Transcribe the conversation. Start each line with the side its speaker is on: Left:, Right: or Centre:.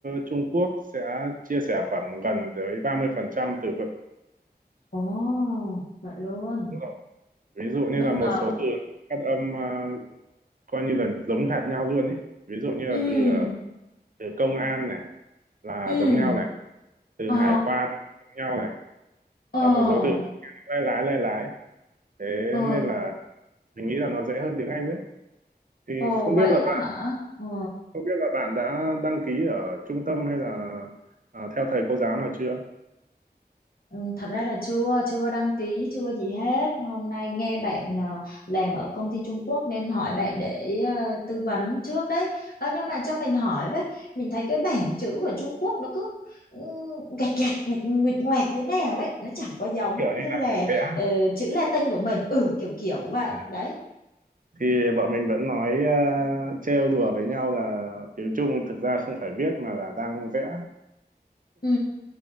Right: Trung Quốc sẽ chia sẻ khoảng gần tới 30% từ vựng
Left: Ồ, vậy luôn.
Right: Đúng rồi. Ví dụ như
Left: Bất
Right: là một
Left: ngờ.
Right: số từ phát âm à, coi như là giống hệt nhau luôn ấy. Ví dụ như là
Left: Ừ.
Right: từ à, từ công an này là
Left: Ừ.
Right: giống nhau này, từ
Left: Ờ.
Right: hải quan là giống nhau này
Left: Ờ.
Right: và một số từ lái lái lái lái. Thế
Left: Ờ.
Right: nên là mình nghĩ là nó dễ hơn tiếng Anh đấy. Thì
Left: Ồ,
Right: không
Left: vậy
Right: biết là
Left: á hả? Ờ.
Right: Không biết là bạn đã đăng ký ở trung tâm hay là à, theo thầy cô giáo nào chưa?
Left: Ừ, thật ra là chưa chưa đăng ký chưa gì hết hôm nay nghe bạn ờ, làm ở công ty Trung Quốc nên hỏi bạn để ờ, tư vấn trước đấy Ờ, nhưng mà cho mình hỏi với mình thấy cái bảng chữ của Trung Quốc nó cứ ừ, gạch gạch nguệch nguệch ngoạc thế nào ấy nó chẳng có giống
Right: Kiểu như
Left: như
Right: là
Left: là
Right: hình vẽ.
Left: ờ, chữ Latin của mình ừ kiểu kiểu vậy
Right: À.
Left: đấy
Right: Thì bọn mình vẫn nói à, trêu đùa với nhau là tiếng Trung thực ra không phải viết mà là đang vẽ.
Left: ừ